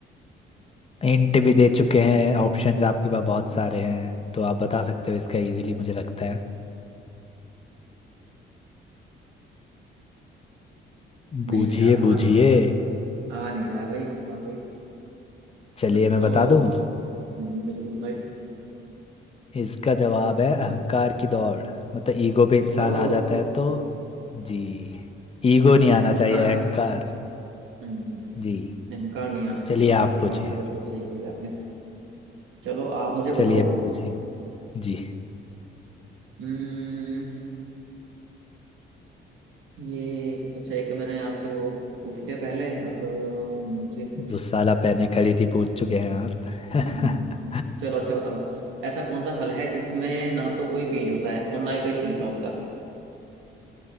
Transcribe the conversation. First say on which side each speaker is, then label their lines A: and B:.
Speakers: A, on the left; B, on the right.
A: हिंट भी दे चुके हैं ऑप्शंस आपके पास बहुत सारे हैं तो आप बता सकते हो इसका इजीली मुझे लगता है
B: नहीं
A: बूझिए
B: यार आ
A: बूझिए
B: नहीं रहा भाई आ नहीं रहा है भाई वाकई
A: चलिए
B: कुछ
A: मैं
B: और
A: बता दूं
B: हम्म, बिल्कुल भाई
A: इसका जवाब है अहंकार की दौड़ मतलब ईगो पे इंसान
B: ओह
A: आ जाता
B: हो,
A: है
B: हो।
A: तो जी ईगो नहीं आना
B: अहंकार
A: चाहिए अहंकार
B: हम्म,
A: जी
B: अहंकार नहीं आना चाहिए
A: चलिए
B: वाकई
A: आप
B: ये
A: पूछिए
B: बात तो बिल्कुल सही कही आपने चलो आप मुझे बताओ
A: चलिए पूछिए जी
B: हम्म ये अच्छा एक तो मैंने आपसे वो पूछ लिया पहले अब मुझे कुछ
A: दुसाला पहने खड़ी थी पूछ चुके हैं आप
B: हम्म, चलो अच्छा बताओ ऐसा कौन सा फल है जिसमें ना तो कोई बीज होता है और ना ही कोई छिलका उसका